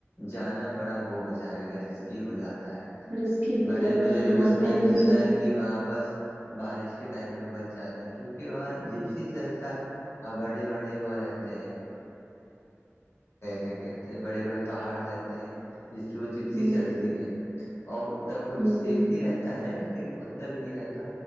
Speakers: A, on the left; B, on the right.
A: جانا بڑا وہ ہو جائے گا رسکی ہو جاتا ہے
B: رسکی ہو
A: بڑے
B: جاتا
A: بزرگوں
B: ہے ہاں
A: سے میں نے سنا
B: بھی
A: ہے کہ وہاں پرس بارش کے ٹائم پہ مچ جانا کیونکہ وہاں جپسی چلتا ہے اور بڑے بڑے وہ رہتے ہیں کیا کہتے ہیں بڑے بڑے پہاڑ رہتے ہیں جس پ وہ جپسی
B: ہوں
A: چلتی ہے اور انا کچھ
B: ہوں
A: سیفٹی رہتا ہے لیکن اتتا بھی نہیں رہتا